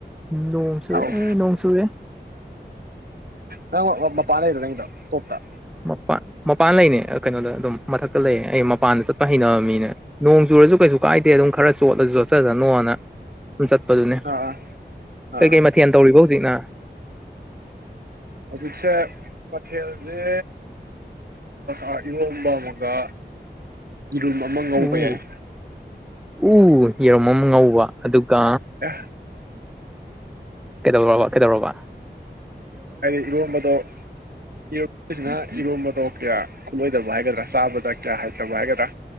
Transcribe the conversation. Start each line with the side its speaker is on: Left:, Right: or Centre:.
Centre: ꯅꯣꯡ ꯆꯨꯔꯛꯑꯦ
Right: ꯑꯧ
Centre: ꯅꯣꯡ ꯆꯨꯔꯦ
Right: ꯅꯪ ꯃꯄꯥꯟ ꯂꯩꯕ꯭ꯔꯣ ꯅꯪꯒꯤꯗꯣ ꯇꯣꯞꯇꯥ
Centre: ꯃꯄꯥꯟ ꯃꯄꯥꯟ ꯂꯩꯅꯦ ꯀꯩꯅꯣꯗ ꯑꯗꯨꯝ ꯃꯊꯛꯇ ꯂꯩꯌꯦ ꯑꯩ ꯃꯄꯥꯟꯗ ꯆꯠꯄ ꯍꯩꯅꯕ ꯃꯤꯅꯦ ꯅꯣꯡꯖꯨ ꯆꯨꯔꯁꯨ ꯀꯩꯁꯨ ꯀꯥꯏꯗꯦ ꯑꯗꯨꯝ ꯈꯔ ꯆꯣꯠꯂꯁꯨ ꯆꯣꯠꯆꯁꯅꯣꯅ ꯁꯨꯝ ꯆꯠꯄꯗꯨꯅꯦ
Right: ꯑꯥ ꯑꯥ ꯑꯥ
Centre: ꯀꯩꯀꯩ
Right: ꯑꯥ
Centre: ꯃꯊꯦꯜ ꯇꯧꯔꯤꯕꯥ ꯍꯧꯖꯤꯛꯅ
Right: ꯍꯧꯖꯤꯛꯁꯦ ꯃꯊꯦꯜꯖꯦ ꯑ ꯏꯔꯣꯝꯕ ꯑꯃꯒ ꯌꯦꯔꯨꯝ ꯑꯃ ꯉꯧꯕ
Centre: ꯎ
Right: ꯌꯥꯏ
Centre: ꯎ ꯌꯦꯔꯨꯝ ꯑꯃ ꯉꯧꯕ ꯑꯗꯨꯒ
Right: ꯑꯦ
Centre: ꯀꯩꯗꯧꯔꯕꯥ ꯀꯩꯗꯧꯔꯕꯥ
Right: ꯑꯩ ꯏꯔꯣꯝꯕꯗꯣ <unintelligible> <unintelligible> ꯉꯔꯥꯡ ꯏꯔꯣꯝꯕꯗꯣ ꯀꯌꯥ ꯈꯨꯂꯣꯏꯗꯕ ꯍꯥꯏꯒꯗ꯭ꯔꯥ ꯆꯥꯕꯗ ꯀꯌꯥ ꯍꯩꯇꯕ ꯍꯥꯏꯒꯗ꯭ꯔꯥ